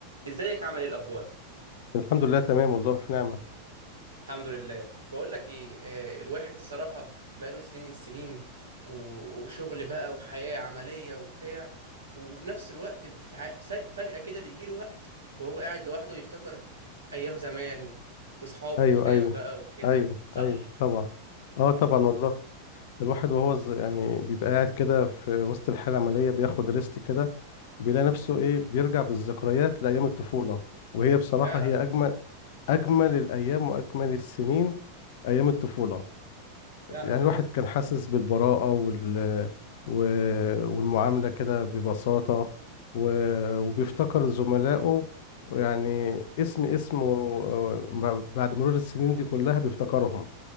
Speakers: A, on the right (about 75°); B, on the left (about 50°).
A: ازيك عامل ايه الاخبار
B: الحمد لله تمام والله في نعمة
A: الحمد لله بقول لك ايه آه، الواحد الصراحه بقاله سنين السنين و- وشغل بقى وحياه عمليه وبتاع و- وفي نفس الوقت فع- سج- فجاه كده بيجي له وقت وهو قاعد لوحده يفتكر ايام زمان واصحابه
B: ايوه
A: القدام
B: ايوه
A: بقى وكده
B: ايوه
A: صح
B: ايوه طبعا اه طبعا والله الواحد وهو ز- يعني بيبقى قاعد كده في وسط الحالة العملية بياخد ريست كده بيلاقي نفسه ايه بيرجع بالذكريات لأيام الطفولة وهي بصراحة
A: فعلا
B: هي أجمل أجمل الأيام وأجمل السنين أيام الطفولة
A: فعلا
B: يعني
A: بجد
B: الواحد كان حاسس بالبراءة وال... و... والمعاملة كده ببساطة و... وبيفتكر زملائه يعني اسم اسمه آه، بعد مرور السنين دي كلها بيفتكرهم